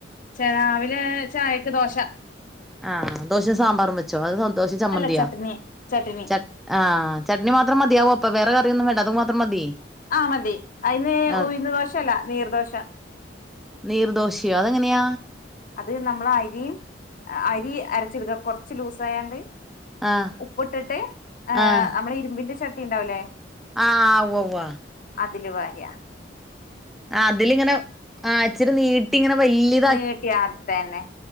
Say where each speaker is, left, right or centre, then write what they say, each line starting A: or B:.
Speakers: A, on the left; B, in the centre.
A: ചെ രാവിലെ ചായക്ക് ദോശ
B: ആഹ് ദോശം സാമ്പാറും വെച്ചോ അതോ ദോശ ചമ്മന്തിയോ
A: അല്ല ചട്നി ചട്നി
B: ചട് ആഹ് ചട്നി മാത്രം മതിയാവോ അപ്പൊ വേറെ കറിയൊന്നും വേണ്ട അത് മാത്രം മതി
A: ആഹ് മതി അതിന്
B: ആഹ്
A: ഉയ്ന്ന് ദോശല്ല നീർ ദോശ
B: നീർദോശയോ അതെങ്ങനെയ
A: അത് നമ്മൾ അരിയും അരി അരച്ചെടുക്ക കൊറച്ച് ലൂസ് ആായാണ്ട്
B: ആഹ്
A: ഉപ്പിട്ടിട്ട് ഏഹ്
B: ആഹ്
A: നമ്മൾ ഇരുമ്പിന്റെ ചട്ടി ഉണ്ടാവില്ലേ
B: ആഹ് ഉവ്വ് ഉവ്വ
A: അതില് വാര് യാ
B: അതിലിങ്ങനെ ഇച്ചിരി നീട്ടി ഇങ്ങനെ വലിയ
A: നീട്ടിയ അതന്നെ